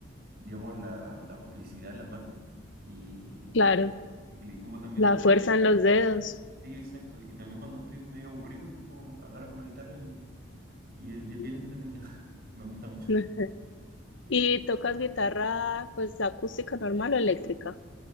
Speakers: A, on the right (about 45°); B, on the left (about 65°).
A: digamos, la, la motricidad en las manos y,
B: Claro,
A: y, cl- y como también
B: la
A: como...
B: fuerza en los dedos.
A: Sí, exacto, y también cuando estoy medio aburrido, tipo, agarro una guitarra y, y es y es
B: <laughs>
A: bien entretenido, <laughs> me gusta mucho.
B: Ujú. ¿Y tocas guitarra, pues, acústica normal o eléctrica?